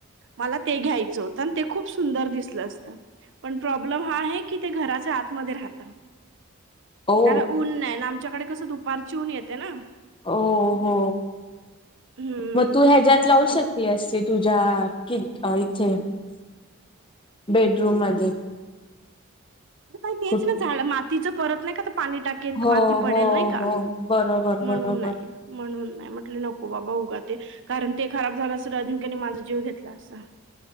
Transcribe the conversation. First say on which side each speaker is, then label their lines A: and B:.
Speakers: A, on the right (about 60°); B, on the left (about 25°).
A: मला ते घ्यायचं जोतन ते खूप सुंदर दिसला असता पण, प्रॉब्लेम हा आहे ते घराच्या आत मध्ये राहत
B: ओ
A: त्याला ऊन नाही आमच्याकडे कस दुपारची ऊन येते ना
B: ओ हो
A: हम्म
B: मग तू ह्याच्या्यात लावू
A: अम,
B: शेकली ऐसीड तुझ्या अ कि इथे बेडरूम मध्ये
A: काही तेच
B: कुठ
A: ना झाड मातीचं परत नाही का आता पाणी टाकेल
B: हो
A: माती पडेल
B: हो
A: नाही का
B: हो बरोबर
A: म्हणून
B: बरोबर
A: नाही म्हणून नाही म्हट नको हो बाबा उगा ते कारण ते खराब झालं असल अजिंक्याने माझा जीव घेतला असता